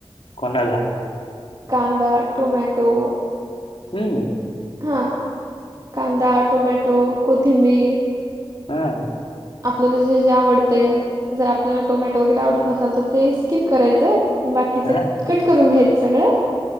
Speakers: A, on the left; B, on the right.
A: कोणाला?
B: कांदा, टोमॅटो.
A: हम्म.
B: हा कांदा, टोमॅटो, कोथिंबीर.
A: हा.
B: आपल्याला जे जे आवडतय, जर आपल्याला टोमॅटो वगैरे आवडत नसाल तर ते स्किप करायचं. बाकीचं
A: हा
B: कट करून घ्यायचं सगळ